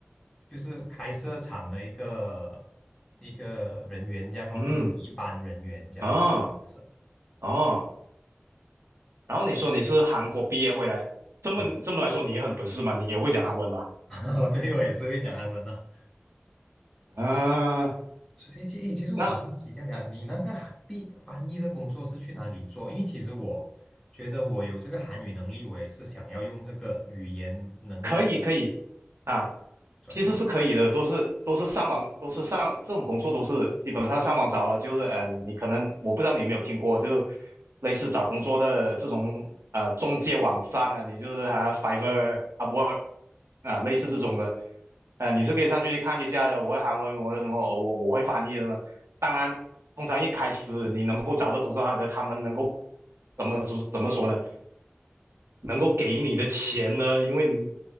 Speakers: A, on the left; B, on the right.
A: 就是开设厂的一个一个人员这样咯，
B: 嗯
A: 就是一般人员这样是
B: 啊哦，然后你说你是韩国毕业回来，这么这么来说你也很本事嘛，
A: 哦，
B: 你也会讲韩文吧？
A: <laughs> 对我也是会讲韩文的。
B: 啊，
A: 所以其诶，其实我蛮好奇这样的，
B: 那
A: 你那个韩毕翻译的工作是去哪里做？因为其实我觉得我有这个韩语能力，我也是想要用这个语言能力。
B: 可以可以啊，
A: 专业。
B: 其实是可以的，都是都是上网，都是上这种工作都是基本上上网找了，就是嗯、呃你可能我不知道你有没有听过，就类似找工作的这种呃中介网站呢、啊你就是还、Fiverr、u p w 啊，类似这种的，呃，你是可以上去去看一下的我会韩文，我会什么，哦我我会翻译的呢。当然，通常一开始你能够找到懂这行的，他们能够怎么说怎么说呢？能够给你的钱呢，因为你